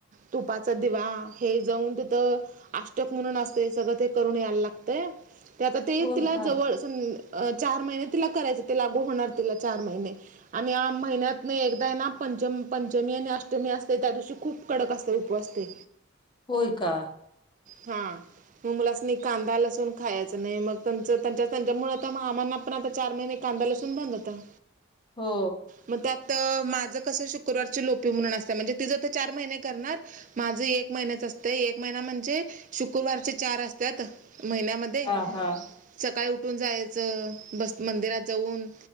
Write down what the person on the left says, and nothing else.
होय
का
होय का.
हो
हा हा.